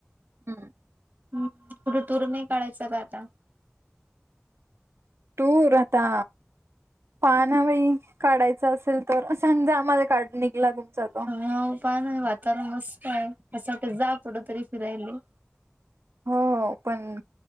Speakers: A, on the right; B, on the right.
A: हम्.
B: हम् मतूर नाही काढयचं का आता.
A: टूर आता पाना बाई. काढायचं असेल तर सांजा आम्हाला काढ. निघला तुमचा तो
B: ह प वा. तर मस्त आहे अससाठी जा कढं तरी फिरायला.
A: हो हो पण.